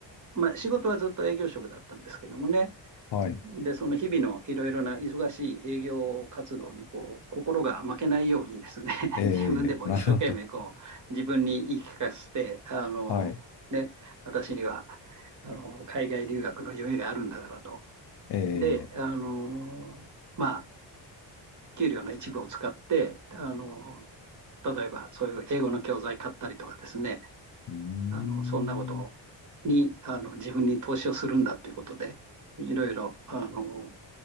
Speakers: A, on the right (about 40°); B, on the left (about 60°).
A: まあ、仕事はずっと営業職だったんですけどもね。
B: はい。
A: で、その日々のいろいろな忙しい営業活動にこう心が負けないようにですね、<laughs>
B: ええ、
A: 自分でも一生懸命こう自分に言い聞かせて、
B: なるほど。
A: あのね、
B: はい。
A: 私にはあの海外留学の夢があるんだからと。
B: ええ。
A: で、あのまあ、給料の一部を使って、あの例えばそういう英語の教材買ったりとかですね、
B: うーん。
A: あの、そんなことに、あの、自分に投資をするんだということで、いろいろ、あの、